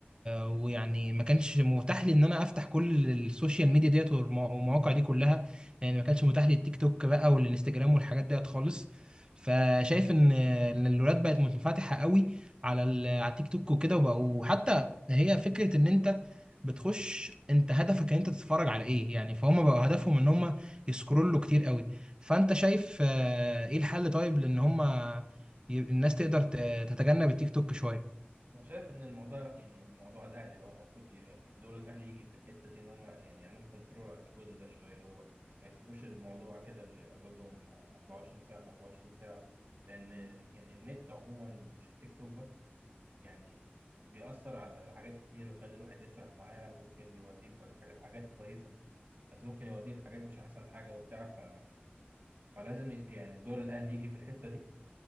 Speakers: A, on the right; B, on the right.
A: ويعني ما كانش متاح لي ان انا افتح كل السوشيال ميديا ديت والم- والمواقع دي كلها يعني ما كانش متاح لي التيك توك بقى والانستجرام والحاجات ديت خالص فشايف ان إن الولاد بقت منفتحه قوي على ال... على التيك توك وكده وبقوا حتى هي فكره ان انت بتخش انت هدفك ان انت تتفرج على ايه يعني فهم بقوا هدفهم ان هم يسكرولوا كتير قوي فانت شايف آه، ايه الحل طيب لان هم ي- الناس تقدر ت- تتجنب التيك توك شويه
B: أنا شايف إن الموضوع يعني موضوع الأهلي بقى المفروض ي- يعني دور الأهلي يجي في الحتة دي إن هم يعني يعملوا كنترول على الجزء ده شوية اللي هو ما يسيبوش الموضوع كده لأولادهم 24 ساعة في 24 ساعة لأن يعني النت عموما مش التيك توك بس يعني بيأثر على حاجات كتير ويخلي الواحد يسرح معاه وممكن يوديه في حاجات حاجات كويسة بس ممكن يوديه في حاجات مش أحسن حاجة وبتاع ف... فلازم ي- يعني دور الأهلي يجي في الحتة دي